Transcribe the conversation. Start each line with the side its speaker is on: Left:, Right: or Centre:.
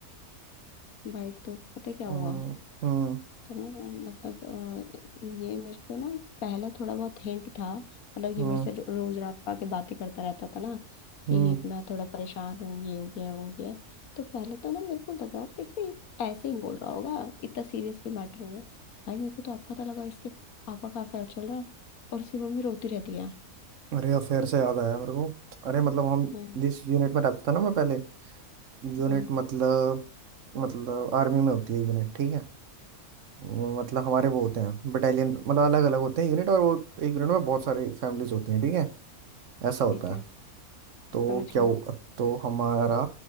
Left: भाई तो पता है क्या
Right: हम्म
Left: हुआ
Right: हम्म
Left: तो ना मतलब अ, ये मेरे को ना पहले थोड़ा बहुत हिंट था मतलब
Right: हम्म।
Left: ये मेरे से रो- रोज रात को आके बातें करता रहता था ना कि
Right: हम्म
Left: मैं थोड़ा परेशान हूँ ये हो गया वो हो गया तो पहले तो ना मेरे को लगा था कि ऐसे ही बोल रहा होगा इतना सीरियस भी मैटर नहीं है भाई मेरे को तो अब पता लगा इसके पापा का अफेयर चल रहा है और उसकी मम्मी रोती रहती है
Right: अरे अफेयर से याद आया मेरे को अरे मतलब हम
Left: हम्म
Right: जिस यूनिट में रहता था ना मैं पहले यूनिट
Left: हम्म
Right: मतलब मतलब आर्मी में होती है यूनिट ठीक है वो मतलब हमारे वो होते हैं बटालियन मतलब अलग अलग होते हैं यूनिट और वो एक यूनिट में बहुत सारी फैमिलीज होती हैं ठीक है ऐसा होता
Left: ठीक है
Right: है तो
Left: समझ
Right: क्या
Left: गई
Right: हुआ तो हमारा